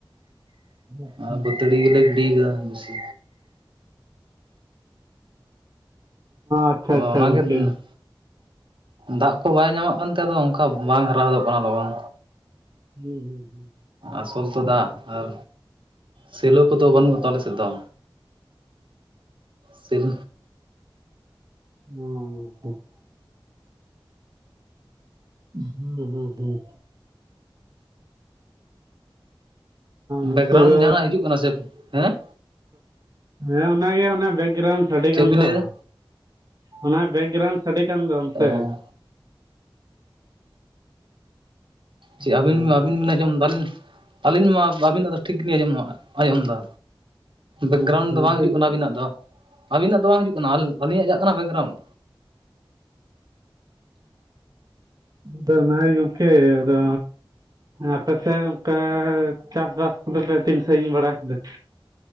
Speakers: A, on the right; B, on the right.
A: ᱟᱪᱪᱷᱟ
B: ᱟᱨ
A: ᱦᱚᱸ
B: ᱵᱟᱹᱛ ᱛᱟᱹᱲᱤ ᱜᱮᱞᱮ ᱜᱤᱰᱤ ᱠᱟᱫᱟ ᱵᱤᱥᱤ᱾
A: ᱟᱪᱪᱷᱟ
B: ᱚ
A: ᱟᱪᱪᱷᱟ
B: ᱚᱱᱟᱜᱮ
A: ᱜᱚᱝᱠᱮ
B: <unintelligible> ᱫᱟᱜ ᱠᱚ ᱵᱟᱭ ᱧᱟᱢᱟᱜ ᱠᱟᱱ ᱛᱮ ᱟᱫᱚ ᱚᱱᱠᱟ ᱵᱟᱝ ᱦᱟᱨᱟ ᱦᱚᱫᱚᱜ ᱠᱟᱱᱟ ᱞᱚᱜᱚᱱ᱾
A: ᱦᱩᱸ ᱦᱩᱸ ᱦᱩᱸ᱾
B: ᱟᱥᱚᱞ ᱛᱚ ᱫᱟᱜ ᱟᱨ ᱥᱤᱞᱩ ᱠᱚᱫᱚ ᱵᱟᱹᱱᱩᱜᱼᱟ ᱛᱚ ᱟᱞᱮ ᱥᱮᱫ ᱫᱚ᱾ ᱥᱤᱞ
A: <unintelligible> ᱦᱩᱸ ᱦᱩᱸ ᱦᱩᱸ᱾ ᱜᱚᱝᱠᱮ
B: ᱵᱮᱠᱜᱨᱟᱩᱱᱰ
A: ᱟᱫᱚ
B: ᱡᱟᱦᱟᱸᱱᱟᱜ ᱦᱤᱡᱩᱜ ᱠᱟᱱᱟ ᱥᱮ᱾ ᱦᱮᱸ
A: ᱦᱮᱸ ᱚᱱᱟᱜᱮ ᱚᱱᱟ ᱵᱮᱠᱜᱨᱟᱣᱩᱱᱰ ᱥᱟᱰᱮ
B: ᱪᱮᱫ
A: ᱠᱟᱱ
B: ᱵᱤᱱ
A: ᱫᱚ,
B: ᱞᱟᱹᱭ ᱮᱫᱟ
A: ᱚᱱᱟ ᱵᱮᱠᱜᱨᱟᱣᱩᱱᱰ ᱥᱟᱰᱮ ᱠᱟᱱ ᱫᱚ ᱚᱱᱛᱮ
B: ᱚ
A: ᱦᱩᱸ
B: ᱪᱮᱫ ᱟᱹᱵᱤᱱ ᱢᱟ ᱟᱹᱵᱤᱱ ᱵᱤᱱ ᱟᱸᱡᱚᱢ ᱫᱟᱧ <unintelligible> ᱟᱹᱞᱤᱧ ᱢᱟ ᱟᱹᱵᱤᱱᱟᱜ ᱫᱚ ᱴᱷᱤᱠ ᱜᱤᱞᱤᱧ ᱟᱸᱡᱚᱢᱼᱟ ᱟᱸᱡᱚᱢ ᱫᱟ᱾
A: ᱦᱩᱸ
B: ᱵᱮᱠᱜᱨᱟᱩᱱᱰ ᱫᱚ
A: ᱚᱱᱛᱮ
B: ᱵᱟᱝ ᱦᱤᱡᱩᱜ ᱠᱟᱱᱟ
A: ᱜᱮ ᱦᱩᱸ
B: ᱟᱹᱵᱤᱱᱟᱜ ᱫᱚ᱾ ᱟᱹᱵᱤᱱᱟᱜ ᱫᱚ ᱵᱟᱝ ᱦᱤᱡᱩᱜ ᱠᱟᱱᱟ, ᱟᱞᱹᱞᱤᱧᱟᱜ ᱪᱟᱜ ᱠᱟᱱᱟ ᱵᱮᱠᱜᱨᱟᱩᱱᱰ?
A: ᱛᱚ ᱚᱱᱟᱜᱮ ᱜᱚᱢᱠᱮ ᱟᱫᱚ ᱟᱯᱮᱥᱮᱫ ᱚᱱᱠᱟ ᱪᱟᱥᱵᱟᱥ ᱠᱚᱫᱚ ᱯᱮ ᱛᱤᱱ ᱥᱟᱹᱜᱤᱧ ᱵᱟᱲᱟ ᱠᱮᱫᱟ?